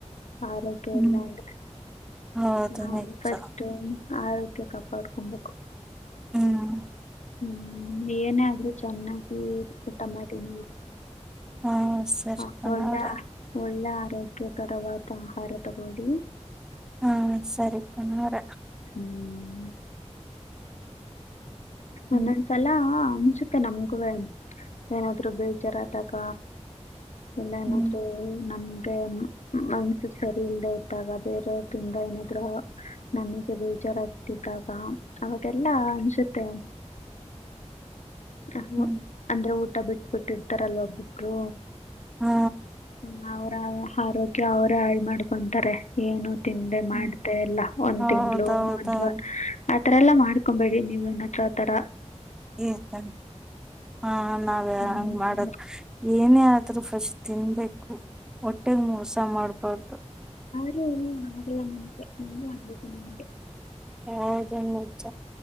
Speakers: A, on the left; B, in the centre.
A: ಆರೋಗ್ಯ
B: ಹ್ಮ್
A: ಎಲ್ಲ ಅಂದ್ರೆ
B: ಹೌದು
A: ನ
B: ನಿಜ
A: ಫಸ್ಟ್ ಆರೋಗ್ಯ ಕಾಪಾಡ್ಕೊಬೇಕು.
B: ಹ್ಮ್
A: ಹ್ಮ್ ಏನ ಆದ್ರು ಚೆನ್ನಾಗಿ ಊಟ ಮಾಡಿ ನೀವು.
B: ಹಾ ಸರಿ
A: ಆ,
B: ಪನ್ನಾರ
A: ಒಳ್ಳೆ ಒಳ್ಳೆ ಆರೋಗ್ಯಕರವಾದ ಆಹಾರ ತಗೊಳಿ
B: ಹಾ ಸರಿ ಪನಾರ.
A: ಹ್ಮ್.
B: ಹ್ಮ್
A: ಒಂದವಂದ ಸಲ ಮುಂಚುಕೆ ನಮ್ಗೆ ವೇ ಏನಾದ್ರು ಬೇಜಾರಾದಾಗ. ಇಲ್ಲ ಏನಾದ್ರು
B: ಹ್ಮ್
A: ನಮ್ ಮನ್ಸು ಸರಿ ಇಲ್ಲದ ಇದ್ದಾಗ ಬೇರೆಯವ್ರಿಂದ ಏನಾದ್ರು ನಮಗೆ ಬೇಜಾರಾಗ್ತಿದ್ದಾಗ ಅವಾಗೆಲ್ಲಾ ಅನ್ಸುತ್ತೆ ಹ
B: ಹ್ಮ್
A: ಅಂದ್ರೆ ಊಟ ಬಿಟ್ಟು ಬಿಟ್ಟಿರ್ತಾರಲ್ ಒಬ್ಬಟ್ಟರು
B: ಹಾ
A: ಹ್ಮ ಅವ್ರ ಆರೋಗ್ಯ ಅವರೇ ಹಾಳ್ ಮಾಡ್ಕೊಂತಾರೆ ಏನು ತಿಂದೆ ಮಾಡ್ದೆ
B: ಹ್ಮ್
A: ಎಲ್ಲ. ಒಂದ್
B: ಹೌದೌದೌದು
A: ತಿಂಗಳು ಒಂದವ ಆ ತ ಅದೆಲ್ಲ ಮಾಡ್ಕೊಂಬೇಡಿ ನೀವುನ ಚ. ತಡ.
B: ಎ ತಡಿ ಹಾ ನಾವ್
A: ಹ್ಞೂ
B: ಹಂಗ್ ಮಾಡದು ಏನೇ ಆಗ್ ದ್ರು ಫಸ್ಟ್ ತಿನ್ಬೇಕ್ ಕು ಹೊಟ್ಟೇಗ್ ಮೋಸ ಮಾಡ್ಬಾರ್ದು.
A: ತೃ ಏನು ಆಗಲ್ಲ ನನ್ಗೆ ನೆಗ್ಡಿ ಆಗ್ಬೇಕು ನನ್ಗೆ.
B: ಹೌದು ನಿಜ.